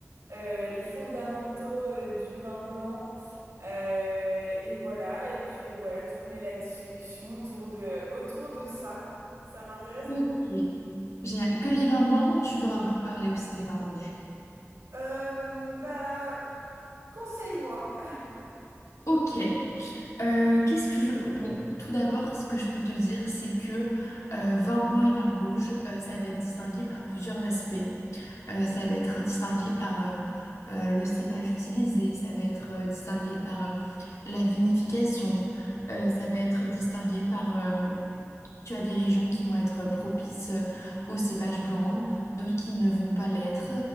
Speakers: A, on the right (about 90°); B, on the left (about 75°).
A: euh, les fondamentaux euh, du vin blanc. Euh, et voilà, et puis voilà, tourner la discussion autour de, autour de ça. Ça m'intéresse
B: Ok.
A: beaucoup.
B: Génial. Que les vins blancs ou tu veux un peu parler aussi des vins rouges?
A: Euh, bah, conseille-moi. <laughs>
B: Ok. Euh, qu'est-ce que je... Bon, tout d'abord, ce que je peux te dire, c'est que euh, vin blanc et vin rouge, euh, ça va être distingué par plusieurs aspects. Euh, ça va être distingué par euh, euh, le cépage utilisé, ça va être euh, distingué par euh, la vinification, euh, ça va être distingué par euh, Tu as des régions qui vont être propices euh, aux cépages blancs, d'autres qui ne vont pas l'être,